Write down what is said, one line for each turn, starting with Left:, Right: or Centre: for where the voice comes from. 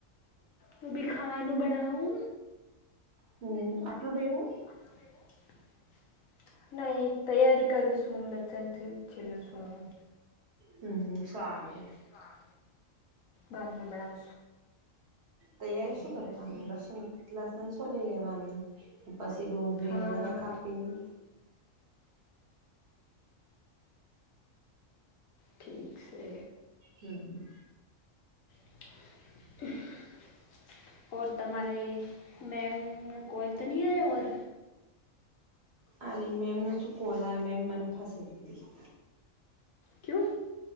Left: હું બી ખાવાનું બનાઉ?
Right: હમ આટલું બેગું
Left: <unintelligible> નહી તૈયારી કરું છું લત છેલું છું.
Right: હમ્મ સારું.
Left: હા બાદ મે બડા
Right: તૈયારી શું કરવાનું લસણ લસણ છોલી લેવાની પછી ડુંગરીને
Left: હા
Right: બધા કાપીને
Left: ઠીક છે.
Right: હમ.
Left: <unintelligible> ઓર તમારે મેમ નો કોલ તો નહી આયા ઓર?
Right: અને અને મેમનું શું કોલા મેમ મને ફસાઈ દીધી
Left: કયું?